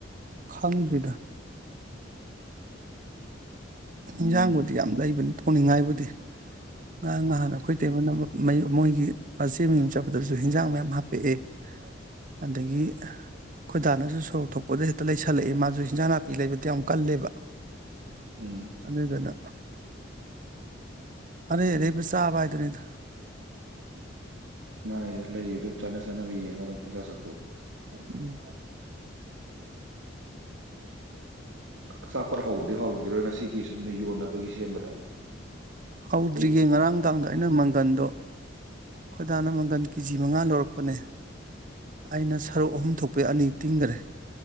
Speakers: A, on the right; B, on the right.
A: ꯈꯪꯗ꯭ꯔꯤꯗ
B: ꯎꯝ
A: ꯏꯟꯖꯥꯡꯕꯨꯗꯤ ꯌꯥꯝ ꯂꯩꯕꯅꯤ ꯊꯣꯡꯅꯤꯡꯉꯥꯏꯕꯨꯗꯤ ꯉꯥꯌꯥꯡ ꯉꯍꯥꯟ ꯑꯩꯈꯣꯏ ꯇꯦꯕꯜ ꯅꯝꯕ ꯃꯣꯏꯒꯤ ꯃꯆꯦ ꯃꯌꯨꯝ ꯆꯠꯄꯗꯁꯨ ꯍꯤꯟꯖꯥꯡ ꯃꯌꯥꯝ ꯍꯥꯞꯄꯛꯑꯦ ꯑꯗꯒꯤ ꯈꯣꯏꯗꯥꯅꯁꯨ ꯁꯣꯔꯣꯛ ꯊꯣꯛꯄꯗ ꯍꯦꯛꯇ ꯂꯩꯁꯜꯂꯛꯏꯦ ꯃꯥꯁꯨ ꯍꯤꯟꯖꯥꯡ ꯅꯥꯄꯤ ꯂꯩꯕꯗ ꯌꯥꯝ ꯀꯜꯂꯦꯕ
B: ꯎꯝ
A: ꯑꯗꯨꯗꯨꯅ ꯑꯔꯩ ꯑꯔꯩꯕ ꯆꯥꯕ ꯍꯥꯏꯗꯨꯅꯤꯗ
B: ꯃꯥꯅꯤꯗ ꯂꯩꯌꯦꯗꯨ ꯆꯥꯅ ꯆꯥꯅꯕ ꯌꯦꯡꯉꯒ ꯑꯗꯨꯝ ꯄꯪꯆꯥ ꯆꯥꯊꯣꯛꯑꯣ
A: ꯎꯝ
B: ꯑꯆꯥꯄꯣꯠ ꯍꯧꯕꯗꯤ ꯍꯧꯔꯝꯈꯤꯔꯣꯏ ꯉꯁꯤꯒꯤ ꯑꯁꯨꯝꯅ ꯌꯣꯟꯅꯕꯒꯤ ꯁꯦꯝꯕꯗ
A: ꯍꯧꯗ꯭ꯔꯤꯌꯦ
B: ꯑꯌꯨꯛ
A: ꯉꯔꯥꯡꯗꯥꯥꯡꯗ ꯑꯩꯅ ꯃꯪꯒꯟꯗꯣ ꯈꯣꯏꯗꯥꯅ ꯃꯪꯒꯟ ꯀꯦꯖꯤ ꯃꯉꯥ ꯂꯧꯔꯛꯄꯅꯦ ꯑꯩꯅ ꯁꯔꯨꯛ ꯑꯍꯨꯝ ꯊꯣꯛꯄꯩ ꯑꯅꯤ ꯇꯤꯡꯈꯔꯦ